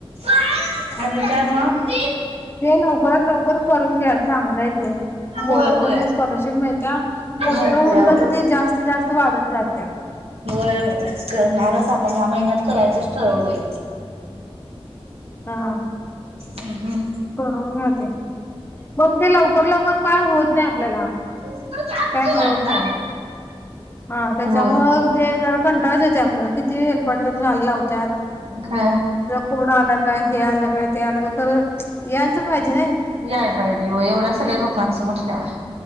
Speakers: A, on the right; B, on the left.
A: <inaudible> आणि काय मग?
B: ते लवकरात लवकर करून घ्या चांगलंय ते मोरांसाठी
A: होय होय.
B: स्कॉलरशिप मिळत्या मोठ
A: होय
B: होईल
A: काय होय.
B: तस ते जास्त- जास्त वाढत जात्या
A: होय- होय करणारच आपण ह्या महिन्यात करायचंच ठरवलंय
B: हा
A: मम हम
B: करून घ्या ते, पण ते लवकर लवकर काय होत नाही आपल्याला.
A: हो का?
B: काय मिळत नाही. हा त्याच्यामुळ
A: होय.
B: ते कंटाळच येतोय आपल्याला, किती हेलपाटं तर घालायला लावत्यात.
A: काय
B: फोड आलं काय हे आलं काय ते आलं काय, खरं यायला तर पाहिजे नाय.
A: याय पाहिजे होय, एवढ्या सगळ्या लोकांचं म्हटल्यावर